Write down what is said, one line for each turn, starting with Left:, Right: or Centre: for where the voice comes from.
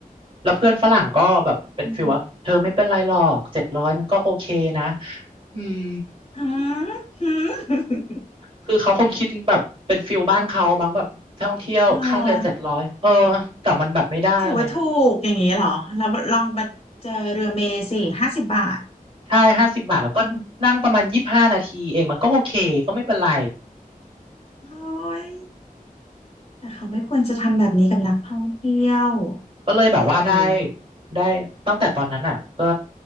Right: แล้วเพื่อนฝรั่งก็แบบเป็นฟิลว่าเธอไม่เป็นไรหรอกเจ็ดร้อยมันก็โอเคนะ
Left: อืม
Right: อืม
Left: <laughs> ฮะฮึ
Right: คือเขาคงคิดแบบเป็นฟิลบ้านเขามั้งแบบท่องเที่ยวค่าเรือเจ็ดร้อยเออ
Left: อ๋อ
Right: แต่มันแบบไม่ได้ไง
Left: ถือว่าถูกอย่างนี้เหรอแล้วลองมาเจอเรือเมย์สิห้าสิบบาท
Right: ใช่ห้าสิบบาทแล้วก็นั่งประมาณยี่สิบห้านาทีเองมันก็โอเคก็ไม่เป็นไร
Left: โอ้ยแต่เขาไม่ควรจะทำแบบนี้กับนักท่องเที่ยว
Right: ก็เลยแบบว่าได้
Left: แย่เลย
Right: ได้ตั้งแต่ตอนนั้นอ่ะก็